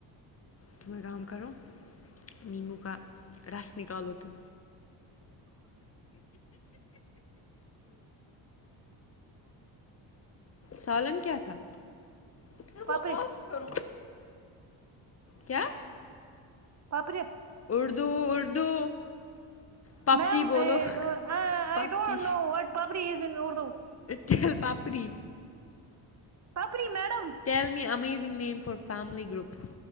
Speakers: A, on the left; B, on the right.
A: تم کام کرو لیمبو کا رس نکالو تم سالن کیا تھا پھر
B: پاپری
A: وہ آف کرو کیا
B: باپ رے
A: اردو اردو پپ
B: میم
A: جی بولو
B: آئی
A: پپجی
B: don't know what papri is in Urdu
A: جل papdi
B: papri madam
A: tell me amazing name for family group